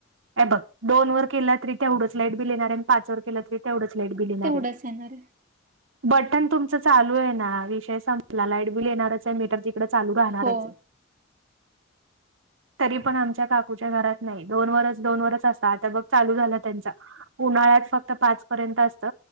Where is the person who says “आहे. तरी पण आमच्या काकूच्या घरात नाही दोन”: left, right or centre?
Right